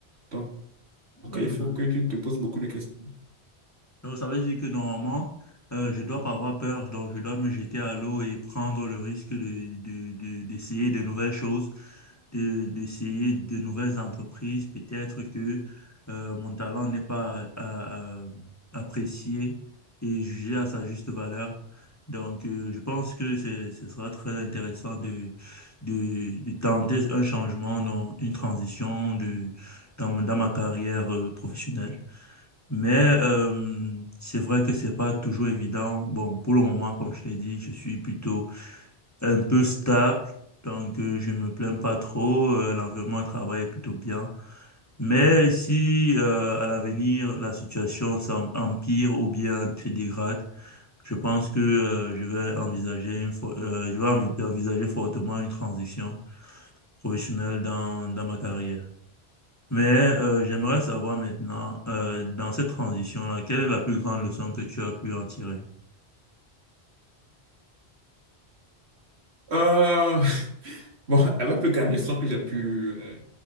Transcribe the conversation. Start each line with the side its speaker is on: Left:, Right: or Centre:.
Right: Donc,
Left: Oui,
Right: il faut que tu te poses beaucoup de questions.
Left: Donc, ça veut dire que normalement, euh, je dois pas avoir peur, donc je dois me jeter à l'eau et prendre le risque de, de, de- d'essayer de nouvelles choses, de, d'essayer de nouvelles entreprises. Peut-être que euh, mon talent n'est pas à- à- apprécié et jugé à sa juste valeur. Donc, euh, je pense que c'est, ce sera très intéressant de, de, de tenter un changement, dans une transition de, dans, mon- dans ma carrière euh, professionnelle. Mais euh, c'est vrai que c'est pas toujours évident. Bon, pour le moment, comme je t'ai dit, je suis plutôt un peu stable, donc euh, je me plains pas trop. euh, l'environnement de travail est plutôt bien. Mais si euh, à l'avenir la situation s'em- empire ou bien se dégrade, je pense que euh, je vais envisager une fo- euh, je vais envi- envisager fortement une transition professionnelle dans dans ma carrière. Mais euh, j'aimerais savoir maintenant, euh, dans cette transition-là, quelle est la plus grande leçon que tu as pu en tirer?
Right: Euh, <laughs> bon, la plus grande leçon que j'ai pu euh,